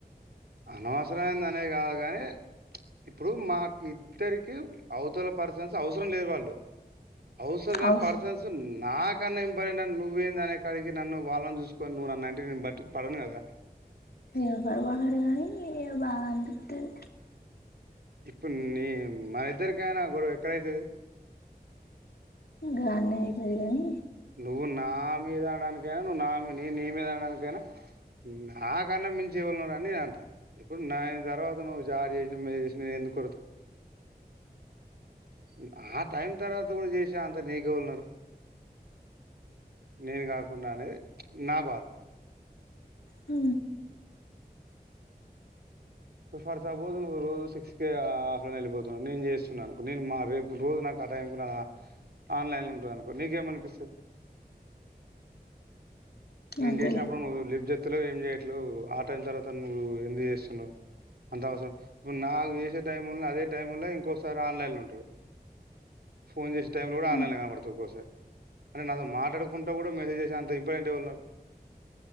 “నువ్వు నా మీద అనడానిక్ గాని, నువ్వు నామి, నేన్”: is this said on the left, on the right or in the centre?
Right